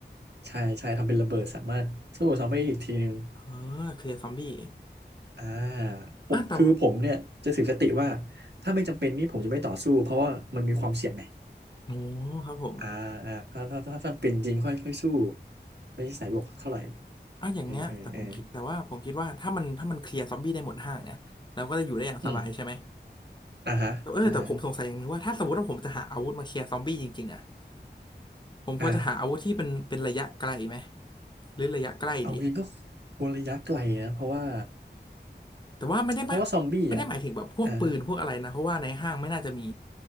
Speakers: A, on the right; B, on the left.
A: ใช่ใช่ทำเป็นระเบิดสามารถสู้ซอมบี้อีกทีนึง
B: เออเคลียร์ซอมบี้
A: อ่าผมคือผมเนี่ยจะถือคติว่า
B: อ่ะแต่
A: ถ้าไม่จำเป็นนี่ผมจะไม่ต่อสู้เพราะว่ามันมีความเสี่ยงไง
B: โอ้ครับผม
A: อ่าอ่าถ้าถ้าถ้าถ้าเป็นจริงค่อยค่อยสู้ไม่ใช่สายบวกเท่าไหร่
B: อ่ะอย่างเงี้ยแต่ผมคิดแต่ว่าผมคิดว่าถ้ามันถ้ามันเคลียร์ซอมบี้ได้หมดห้างเนี่ยเราก็จะอยู่ได้อย่างสบายใช่ไหม
A: เออเออเอออืม อ่าฮะอ่าฮะ
B: แต่เออแต่ผมสงสัยอย่างหนึงว่าถ้าสมมติว่าผมจะหาอาวุธมาเคลียร์ซอมบี้จริงๆนะผมควรจะหาอาวุธที่เป็นเป็นระยะไกลไหม
A: อ่า
B: หรือระยะใกล้ดี
A: เอาจริงก็คนระยะไกลนะเพราะว่า
B: แต่ว่าไม่ได้ไม่
A: เพราะว่าซอมบี้อ่ะ
B: ไม่ได้หมายถึงแบบพวกปืนพวกอะไรนะเพราะว่าในห้างไม่น่าจะมี
A: อ่า